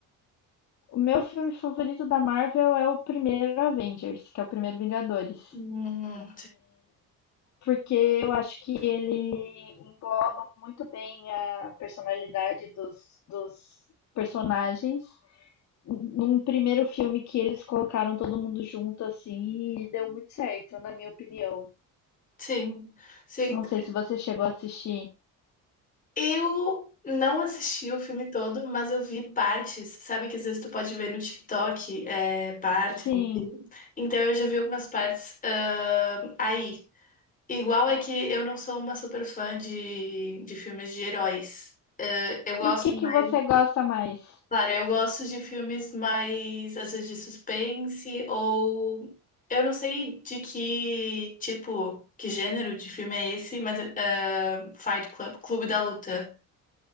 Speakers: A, on the left; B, on the left.
A: O meu filme favorito da Marvel é o primeiro Avengers, que é o primeiro Vingadores.
B: Hum,
A: Porque eu acho que ele engloba muito bem a personalidade dos, dos personagens num primeiro filme que eles colocaram todo mundo junto assim e deu muito certo, na minha opinião.
B: sim, sim.
A: Não sei se você chegou a assistir.
B: Eu não assisti o filme todo, mas eu vi partes. Sabe que às vezes tu pode ver no TikTok, é, partes,
A: Sim.
B: enfim. Então eu já vi algumas partes, ahn, aí. Igual é que eu não sou uma super fã de, de filmes de heróis. Eh, eu gosto
A: E o que
B: mais.
A: que você gosta mais?
B: Claro, eu gosto de filmes mais, às vezes, de suspense, ou. Eu não sei de que tipo, que gênero de filme é esse, mas eh, Fight Club, Clube da Luta,